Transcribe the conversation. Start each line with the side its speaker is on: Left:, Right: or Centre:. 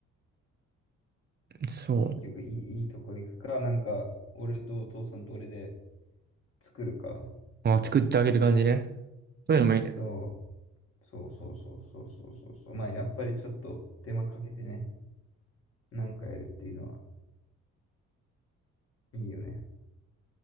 Right: そう。
Left: 結局いい、いいとこ行くか、なんか、俺とお父さんと俺で作るか。
Right: あ、作ってあげる感じね。そういうのもいいね。
Left: そう、そうそうそうそうそうそうそう。まあ、やっぱりちょっと手間かけてね、なんかやるっていうのはいいよね。